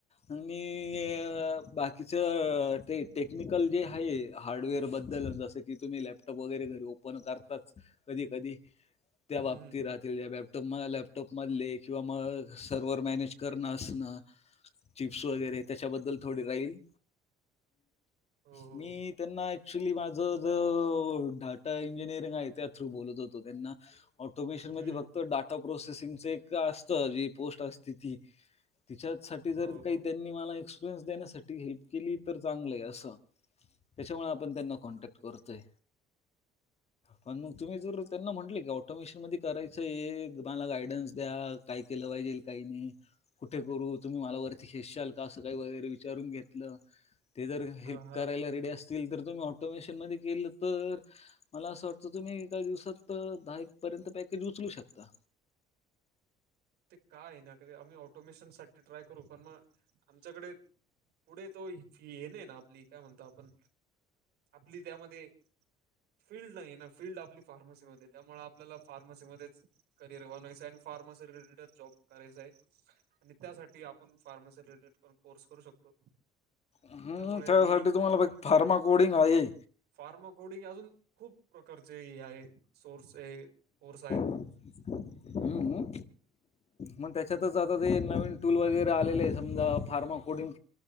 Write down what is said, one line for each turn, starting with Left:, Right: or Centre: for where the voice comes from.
Left: आणि बाकीच ते टेक्निकल जे आहे हार्डवेअर बद्दल बद् जस की तुम्ही लॅपटॉप वगैरे घरी ओपन करता कधी कधी त्या
Right: हम्म
Left: बाबतीत
Right: हम्म
Left: राह जॅपटॉप लॅपटॉप मधले किंवा मग सर्व्हर मॅनेज करण असणं चिप्स वगैरे त्याच्याबद्दल थोडी राहील.
Right: हो
Left: मी
Right: हो
Left: त्यांना क्चुली माझ ज डाटा इंजिनिअरिंग आहे त्या थ्रू बोलत होतो त्यांना ऑटोमेशन मध्ये
Right: हम्म
Left: फक्त डाटा प्रोसेसिंगच एक असत जी पोस्ट असते ती तिच्यासाठी जर
Right: हो
Left: काही
Right: हो
Left: त्यांनी मला एक्सपिरियन्स देण्यासाठी हेल्प केली तर चांगलंय असं. त्याच्यामुळे आपण त्यांना कॉन्टॅक्ट करतोय. पण मग तुम्ही जर त्यांना म्हटले की ऑटोमेशन मध्ये करायचंय मला गायडन्स द्या.. काय केलं पाहिजेल काही नाही. कुठे करू तुम्ही मला वरती खेसशाल का असं काही वगैरे विचारून घेतलं. ते जर
Right: हा
Left: हेल्प
Right: हा
Left: करायला रेडी असतील तर तुम्ही ऑटोमेशन मध्ये केलं तर मला असं वाटतं तुम्ही एका दिवसात दहा एक पर्यंत पॅकेज उचलू शकता.
Right: ते काय आहे ना कध आम्ही ऑटोमेशनसाठीठी ट्राय करू पण मग आमच्याकडे पुढे तो ये नाही ना आपली काय म्हणतो आपण आपली त्यामध्ये फीलल्ड नाही ना फीलल्ड आपली फार्मसीमध्येध्ये त्यामुळे आपल्याला फार्मसीमध्येच करिअर आणि फार फार्मसी रिटेड जॉब करायचाय आणि त्यासाठी आपण फार्मसी रिटेड कोर्स करू शकतो.
Left: हम्
Right: त्यामुळे
Left: त्यासाठी
Right: मी
Left: तुम्हाला फार्मा कोडिंग आहे.
Right: फार्माकोडिंग अजून खूप प्रकारचे आहे सोर्स कोर्स आहेत.
Left: हम्म् मग त्याच्यातच आता ते नवीन टूल वगैरे आले आहे समजा फार्माकोडिंग